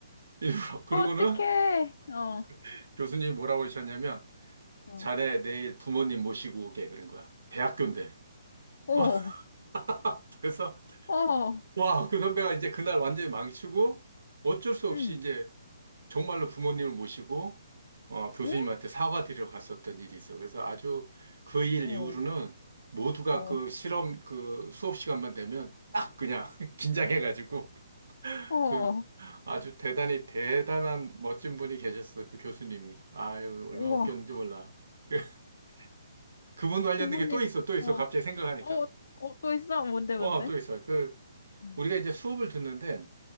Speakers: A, on the right; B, on the left.
A: 일부러. 그러고는
B: 어떡해. 어,
A: <laughs> 교수님이 뭐라고 그러셨냐면,
B: 어,
A: 자네 내일 부모님 모시고 오게. 그런 거야. 대학교인데.
B: 오,
A: 어? <laughs> 그래서,
B: 어,
A: 와, 그 선배가 이제 그날 완전히 망치고, 어쩔 수 없이
B: 음,
A: 이제 정말로 부모님을 모시고, 어, 교수님한테
B: 에?
A: 사과드리러 갔었던 일이 있어. 그래서 아주 그 일
B: 어,
A: 이후로는 모두가
B: 어,
A: 그 실험, 그 수업 시간만 되면 딱 그냥 <laughs> 긴장해가지고,
B: 어,
A: 그 아주 대단히 대단한 멋진 분이 계셨어, 그 교수님이. 아유,
B: 우와,
A: 얼마나 웃겼는지 몰라. <laughs> 그분 관련된
B: 부모님,
A: 게 또 있어, 또 있어.
B: 어,
A: 갑자기 생각하니까.
B: 어, 어, 또 있어? 뭔데, 뭔데?
A: 와, 또 있어. 그,
B: 음,
A: 우리가 이제 수업을 듣는데,